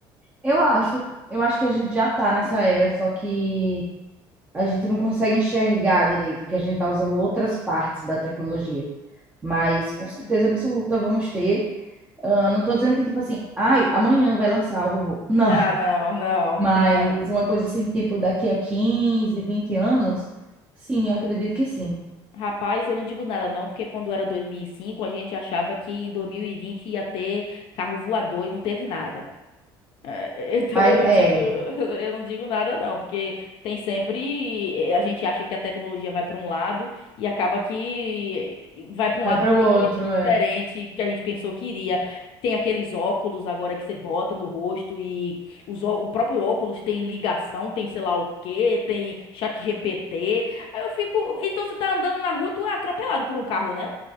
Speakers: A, on the right; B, on the left.
A: Eu acho, eu acho que a gente já tá nessa era, só que a gente não consegue enxergar direito, que a gente tá usando outras partes da tecnologia. Mas com certeza
B: Hum.
A: absoluta vamos ter. Ah, não tô dizendo que, tipo assim, ai, amanhã vai lançar o robô. <laughs> Não.
B: Ah, não, não,
A: Mas
B: não.
A: uma coisa assim, tipo, daqui a 15 20 anos, sim, acredito que sim.
B: Rapaz, eu não digo nada não, porque quando era 2005 a gente achava que em 2020 ia ter carro voador e não teve nada. É, é, então
A: Mas
B: eu não
A: é,
B: digo, <laughs> eu não digo nada não, porque tem sempre eh, a gente acha que a tecnologia vai para um lado e acaba que vai para um
A: vai
B: lado
A: para
B: completamente
A: o outro,
B: diferente
A: é.
B: que a gente pensou que iria. Tem aqueles óculos agora que você bota no rosto e os, ó- o próprio óculos tem ligação, tem sei lá o quê, tem chat GPT. Aí eu fico, então você tá andando na rua, tu é atropelado por um carro, né?